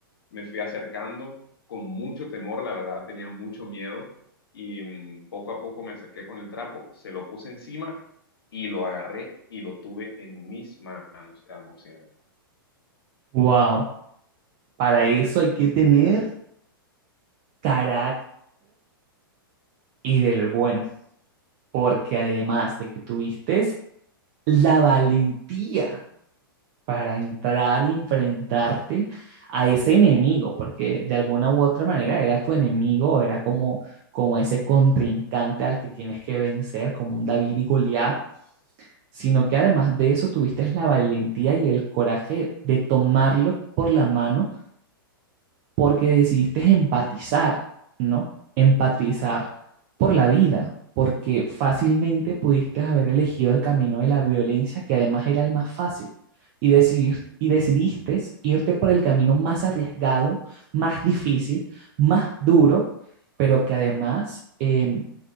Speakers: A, on the left; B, on the right.
A: Me fui acercando con mucho temor, la verdad tenía mucho miedo. Y mm, poco a poco me acerqué con el trapo, se lo puse encima y lo agarré y lo tuve en mis manos al murciélago.
B: Wow, para eso hay que tener carácter y del bueno, porque además de que tuviste la valentía para entrar y enfrentarte a ese enemigo, porque de alguna u otra manera era tu enemigo, era como, como ese contrincante al que tienes que vencer, como un David y Goliat, sino que además de eso tuviste la valentía y el coraje de tomarlo por la mano porque decidiste empatizar, ¿no? Empatizar por la vida, porque fácilmente pudiste haber elegido el camino de la violencia, que además era el más fácil, y, decidir, y decidiste irte por el camino más arriesgado, más difícil, más duro, pero que además eh,